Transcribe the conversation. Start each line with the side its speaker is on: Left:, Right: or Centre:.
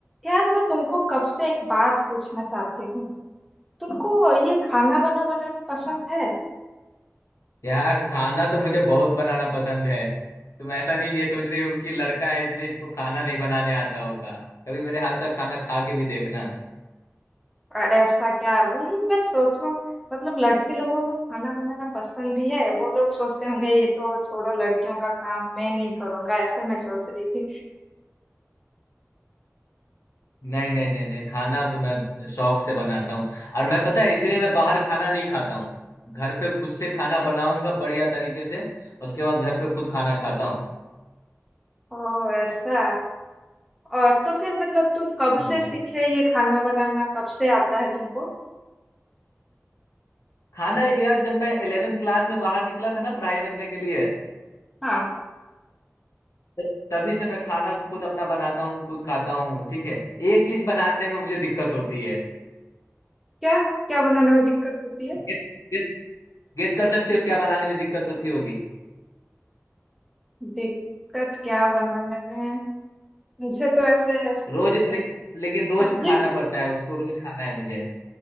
Centre: यार मैं तुमको कब से एक बात पूछना चाहती हूँ तुमको ये खाना वाना बनाना पसंद है
Left: यार खाना तो मुझे बहुत बनाना पसंद है तुम ऐसा नहीं ये सोच रही होगी कि लड़का है इसलिए इसको खाना नहीं बनाने आता होगा कभी मेरे हाथ का खाना खा के भी देखना
Centre: अ- ऐसा क्या वही मैं सोचूं मतलब लड़के लोगों को खाना बनाना पसंद भी है वो लोग सोचते होंगे ये तो छोड़ो लड़कियों का काम मैं नहीं करूंगा ऐसे मैं सोच रही थी
Left: नहीं नहीं नहीं नहीं खाना तो मैं शौक से बनाता हूँ और मैं पता है इसलिए मैं बाहर खाना नहीं खाता हूँ घर पे खुद से खाना बनाऊंगा बढ़िया तरीके से उसके बाद घर पे खुद खाना खाता हूँ
Centre: ओ ऐसा और तो फिर मतलब तुम कब
Left: हम्म।
Centre: से सीखे ये खाना बनाना कब से आता है तुमको
Left: खाना यार जब मैं इलेवेंथ क्लास में बाहर निकला था ना पढ़ाई करने के लिए
Centre: हाँ
Left: तो तभी से मैं खाना खुद अपना बनाता हूँ खुद खाता हूँ ठीक है एक चीज बनाने में मुझे दिक्कत होती है
Centre: क्या क्या बनाने में दिक्कत होती है
Left: गेस गेस गेस कर सकते हो क्या बनाने में दिक्कत होती होगी
Centre: दिक्कत क्या बनाने में मुझे तो ऐसे सब्जी
Left: रोज ले, लेकिन रोज खाना
Centre: में भी
Left: पड़ता है उसको रोज खाना है मुझे